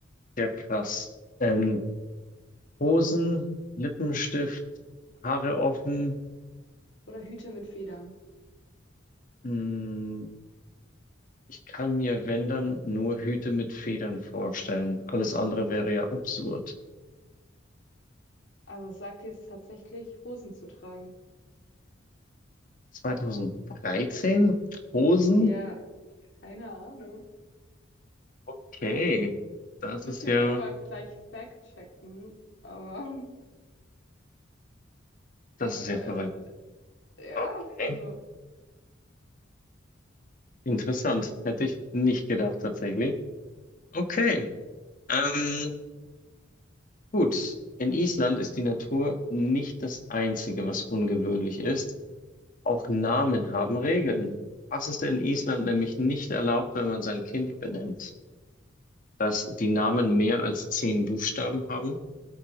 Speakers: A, on the left; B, on the left.
A: ja krass. Ähm, Hosen, Lippenstift, Haare offen.
B: Oder Hüte mit Federn.
A: Hm, ich kann mir, wenn dann, nur Hüte mit Federn vorstellen. Alles andere wäre ja absurd.
B: Also es sagt jetzt tatsächlich, Hosen zu tragen.
A: 2013? Hosen?
B: Ja, keine Ahnung.
A: Okay. Das
B: Müssen
A: ist
B: wir
A: ja,
B: vielleicht nochmal gleich fact-checken. Aber <laughs>
A: das
B: äh,
A: ist ja verrückt.
B: ja,
A: Okay.
B: also.
A: Interessant. Hätte ich nicht gedacht, tatsächlich. Okay. Ähm, gut. In Island ist die Natur nicht das Einzige, was ungewöhnlich ist. Auch Namen haben Regeln. Was ist in Island nämlich nicht erlaubt, wenn man sein Kind benennt? Dass die Namen mehr als zehn Buchstaben haben,